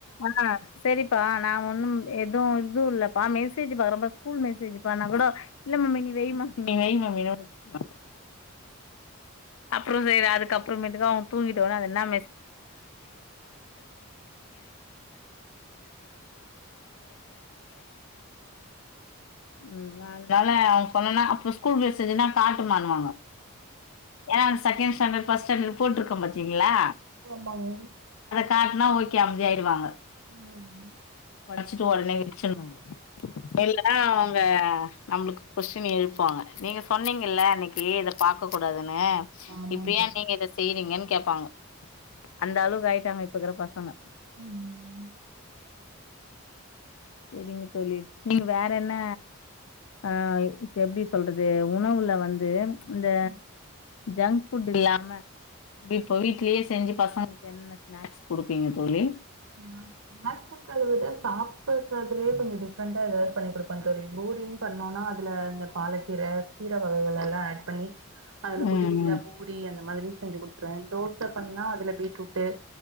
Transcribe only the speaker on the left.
அற சரிப்பா நா ஒன்னு எதுவும் இதுவு இல்லப்பா மெசேஜ் பா ரம்ப ஸ்கூல் மெசேஜ் பா நாகூட இல்ல மம்மி நீ வைய் மம்மி நீ வைய் மம்மினு வெச்சிருவான் அப்ரோ சரி அதுக்க அப்புறமேட்டுகா அவன் தூங்கிடோனே அ ம் <unintelligible> அதனால பொனனா அப்ப ஸ்கூல் மிஸ் ன்னா காட்டு மானுவாங்க ஏ செகண்ட் ஸேண்டர்ட் ஃபர்ஸ்ட் ஸேண்டர்ட்னு போட்டுருக்க மாட்டிங்களா
காட்னா ஓகே அம்தி ஆயிருவாங்க
வச்சிட்டு ஒடனே இடிச்சிடுவாங்க எல்லா அவங்க நம்ளுக்கு கொஸின எழுப்புவாங்க நீங்க சொன்னீங்கில்ல அன்னிக்கி பாக்க கூடாதுன்னு
இப்ப
ஏ நீங்க இத செய்றீங்கன்னு கேப்பாங்க அந்த அளவுக்கு ஆய்ட்டாங்க இப்ப இருக்குற பசங்க
செரிங்க தோழி நீங்க வேறென்ன ஆ இப்ப எப்டி சொல்றது உணவுல வந்து இந்த
ஜங்க் ஃபுட் இல்லாம இப்போ வீட்லயே செஞ்சு பசங்களுக்கு என்ன ஸ்நாக்ஸ் குடுப்பீங்க தோழி
ம்